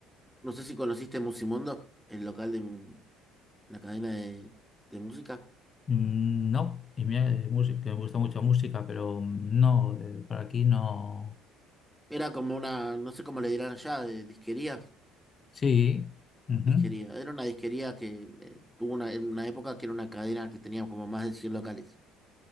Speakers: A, in the centre; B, on the left.
A: no sé si conociste Musimundo, el local de, la cadena de, de música.
B: Mm, no, y mira, de música, me gusta mucho la música, pero no, eh, por aquí no.
A: Era como una, no sé cómo le dirán allá, de disquería.
B: Sí. ujú.
A: Disquería. Era una disquería que eh, tuvo una, en una época que era una cadena que tenía como más de 100 locales